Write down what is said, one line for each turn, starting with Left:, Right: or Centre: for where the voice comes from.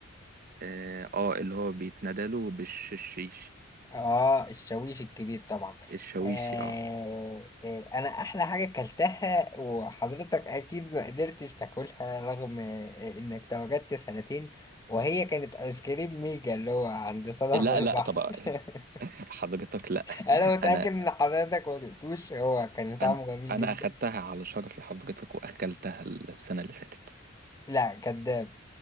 Right: اه آه، اللي هو بيتندى له بالشيش
Left: اه الشاويش الكبير طبعا
Right: الشويشي
Left: آه
Right: اه
Left: آه انا احلى حاجه اكلتها وحضرتك اكيد ما قدرتش تاكلها رغم آه، انك تواجدت سنتين وهي كانت ايس كريم ميجا اللي هو عند صدف
Right: لا
Left: البحر
Right: لا طب
Left: <laughs>
Right: حضرتك لا
Left: انا متاكد
Right: انا
Left: ان حضرتك ما دقتوش هو كان طعمه
Right: انا
Left: جميل
Right: انا
Left: جدا
Right: اخدتها على شرفي حضرتك واكلتها السنة اللي فاتت
Left: لا كداب